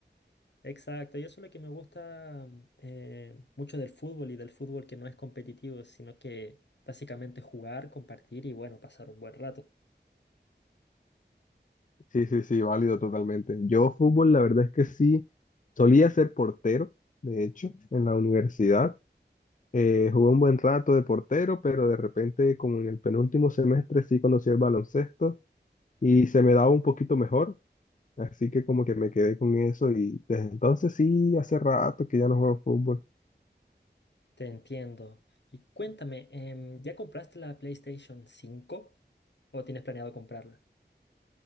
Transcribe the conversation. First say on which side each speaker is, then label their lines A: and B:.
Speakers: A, on the left; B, on the left.
A: Exacto, y eso es lo que me gusta mm, eh, mucho del fútbol y del fútbol que no es competitivo, sino que básicamente jugar, compartir y bueno, pasar un buen rato.
B: Sí, sí, sí, válido totalmente. Yo fútbol, la verdad es que sí, solía ser portero, de hecho, en la universidad. Eh, jugué un buen rato de portero, pero de repente, como en el penúltimo semestre, sí conocí el baloncesto y se me daba un poquito mejor. Así que como que me quedé con eso y desde entonces sí, hace rato que ya no juego fútbol.
A: Te entiendo. Y cuéntame, em, ¿ya compraste la PlayStation cinco o tienes planeado comprarla?